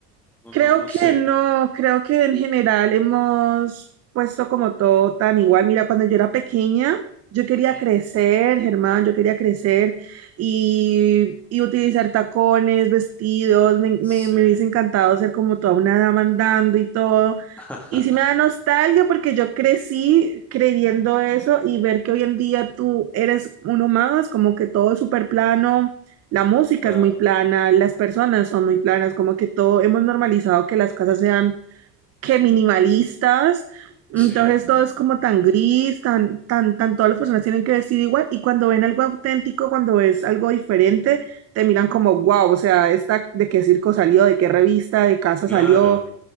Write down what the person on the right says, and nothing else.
Creo
que
no, creo que en general hemos puesto como todo tan igual. Mira, cuando yo era pequeña, yo quería
crecer, Germán, yo quería crecer y, y utilizar tacones, vestidos, me, me,
me hubiese encantado ser como toda una dama andando y todo.
Y sí me da nostalgia porque yo crecí creyendo eso y ver que hoy en día tú eres uno más, como que todo es súper plano la música
es muy plana, las personas son muy planas, como que todo hemos normalizado que las casas sean que minimalistas, entonces
todo es como tan gris, tan, tan, tan, todas las personas tienen que vestir igual y cuando ven algo auténtico, cuando ves algo diferente, te miran como, wow, o sea, esta de qué circo salió, de qué revista, de casa
salió